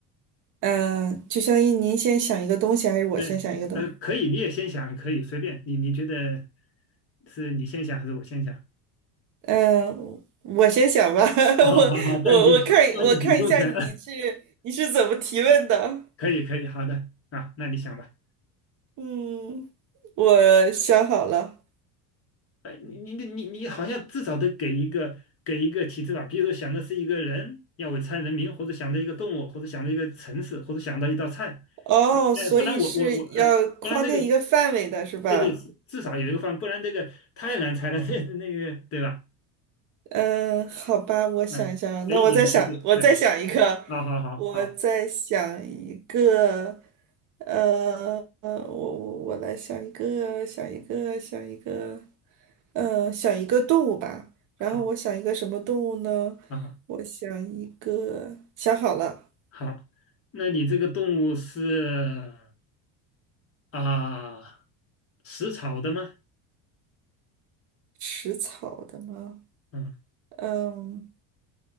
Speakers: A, on the right; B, on the left.
A: 嗯、就相当于您先想一个东西，还是我先想一个东西？
B: 对，呃，可以，你也先想，可以随便，你你觉得是你先想还是我先想？<laughs>
A: 嗯、我先想吧，<laughs>
B: 好好好好，
A: 我我我看我看一下你是你是怎么提问的。
B: 占据占据主动权，<laughs> 可以可以，好的啊，那你想吧。
A: 嗯，我想好了。
B: 哎，你你你你好像至少得给一个给一个提示吧，比如说想的是一个人，要为猜人名，或者想到一个动物，或者想到一个城市，或者想到一道菜，
A: 哦，
B: 呃，
A: 所以是要框定一个范围的，
B: 不然我我我呃，不然那个。
A: 是吧？
B: 对对，至少有一个方，不然这个太难猜了，<laughs> 这那个对吧？
A: 嗯，好吧，我想一下啊那我再想，
B: 嗯，给一点提示，
A: 我再想一个，
B: 哎，好好好好
A: 我再想一个，呃，呃，我我我来想一个，想一个，想一个，呃，想一个动物吧。然后我想一个什么动物呢？
B: 好好好，
A: 我想一个，想好了，
B: 好，那你这个动物是啊食草的吗？
A: 食草的吗？
B: 嗯，
A: 嗯，